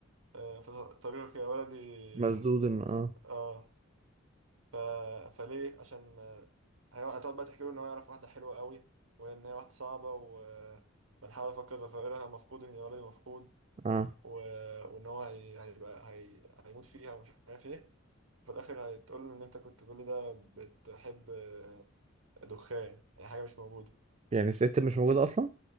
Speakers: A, on the right (about 75°); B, on the right (about 30°).
A: آه، في طريقك يا ولدي
B: مسدود إن- اه
A: اه ف... فليه عشان آه، هي- هتقعد بقى تحكي له ان هو يعرف واحدة حلوة قوي وان هي واحدة صعبة وبنحاول افكر ظفائرها مفقود يا ولدي مفقود
B: اه
A: و... وان هو هي... هيبقى هي... هيموت فيها ومش عارف ايه في الاخر هتقول له ان انت كنت كل ده بتحب آه، دخان يعني حاجة مش موجودة
B: يعني الست مش موجوده اصلا